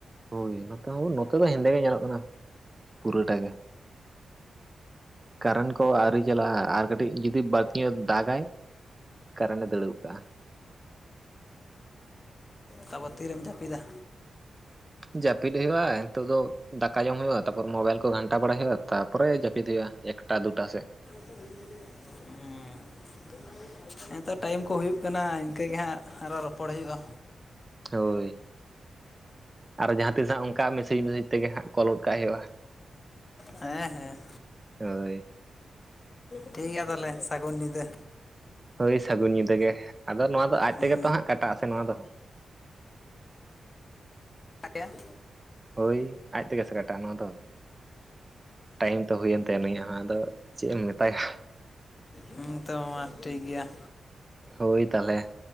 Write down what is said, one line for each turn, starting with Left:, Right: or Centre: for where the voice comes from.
Right: ᱦᱳᱭ ᱱᱚᱛᱮ ᱦᱚᱸ ᱱᱚᱝᱠᱟ ᱜᱮ ᱦᱮᱸᱫᱮ ᱜᱮ ᱧᱮᱞᱚᱜ ᱠᱟᱱᱟ ᱯᱩᱨᱟᱹᱴᱟ ᱜᱮ ᱠᱟᱨᱮᱱᱴ ᱠᱚ ᱟᱹᱣᱨᱤ ᱪᱟᱞᱟᱜᱼᱟ ᱟᱨ ᱠᱟᱹᱴᱤᱡ ᱡᱩᱫᱤ ᱵᱟᱹᱲᱛᱤ ᱧᱚᱜ ᱫᱟᱜᱟᱭ ᱠᱟᱨᱚᱱᱮ ᱫᱟᱹᱲ ᱜᱚ ᱠᱟᱜᱼᱟ᱾
Left: ᱛᱟᱨᱯᱚᱨ ᱛᱤᱨᱮᱢ ᱡᱟᱹᱯᱤᱫᱟ?
Right: ᱡᱟᱯᱤᱫ ᱦᱩᱭᱩᱜᱼᱟ ᱱᱤᱛᱳ ᱫᱚ ᱫᱟᱠᱟ ᱡᱚᱢ ᱡᱟᱹᱯᱤᱫ ᱦᱩᱭᱩᱜᱼᱟ ᱱᱤᱛᱚᱜ ᱫᱚ ᱫᱟᱠᱟ ᱡᱚᱢ ᱦᱩᱭᱩᱜ-ᱟ ᱛᱟᱯᱚᱨ ᱢᱳᱵᱟᱭᱤᱞ ᱠᱚ ᱜᱷᱟᱱᱴᱟ ᱵᱟᱲᱟᱭ ᱦᱩᱭᱩᱜᱼᱟ ᱛᱟᱯᱚᱨᱮ ᱡᱟᱹᱯᱤᱫ ᱦᱩᱭᱩᱜᱼᱟ᱾ ᱮᱠᱴᱟ ᱫᱩᱴᱟ ᱥᱮᱫ᱾
Left: ᱦᱩᱸ ᱦᱮᱸᱛᱚ ᱴᱟᱭᱤᱢ ᱠᱚ ᱦᱩᱭᱩᱜ ᱠᱟᱱᱟ ᱤᱱᱠᱟᱹᱮ ᱦᱟᱸᱜ ᱟᱨᱚ ᱨᱚᱯᱚᱲ ᱦᱩᱭᱩᱜᱼᱟ
Right: ᱦᱳᱭ ᱟᱨ ᱡᱟᱦᱟᱸ ᱛᱤᱥ ᱦᱟᱸᱜ ᱚᱱᱠᱟ ᱢᱮᱥᱮᱡᱽ ᱢᱮᱥᱮᱡᱽ ᱛᱮᱜᱮ ᱦᱟᱸᱜ ᱠᱚᱞ ᱜᱚᱜ ᱠᱟᱜ ᱦᱩᱭᱩᱜᱼᱟ᱾
Left: ᱦᱮᱸ ᱦᱮᱸ
Right: ᱦᱳᱭ
Left: ᱴᱷᱤᱠ ᱜᱮᱭᱟ ᱛᱟᱦᱞᱮ ᱥᱟᱹᱜᱩᱱ ᱧᱤᱫᱟᱹ᱾
Right: ᱦᱳᱭ ᱥᱟᱹᱜᱩᱱ ᱧᱤᱫ ᱜᱮ ᱟᱫᱚ ᱱᱚᱣᱟ ᱫᱚ ᱟᱡ
Left: ᱦᱮᱸ
Right: ᱛᱮᱜᱮ ᱛᱚ ᱦᱟᱸᱜ ᱠᱟᱴᱟᱜ ᱟ᱾ ᱱᱚᱣᱟ ᱫᱚ
Left: ᱫᱭᱟ <unintelligible>
Right: ᱦᱳᱭ ᱟᱡ ᱛᱮᱜᱮ ᱥᱟ ᱠᱟᱴᱟᱜ-ᱟ ᱱᱚᱣᱟ ᱫᱚ ᱴᱟᱭᱤᱢ ᱛᱚ ᱦᱩᱭᱮᱱ ᱛᱟᱭᱟ ᱱᱩᱤᱭᱟᱜ ᱦᱚᱸ ᱟᱫᱚ ᱪᱮᱫ ᱮᱢ ᱢᱮᱛᱟᱭᱟ᱾
Left: ᱦᱮᱸ ᱛᱚ ᱢᱟ ᱴᱷᱤᱠ ᱜᱮᱭᱟ
Right: ᱦᱳᱭ ᱛᱟᱦᱚᱞᱮ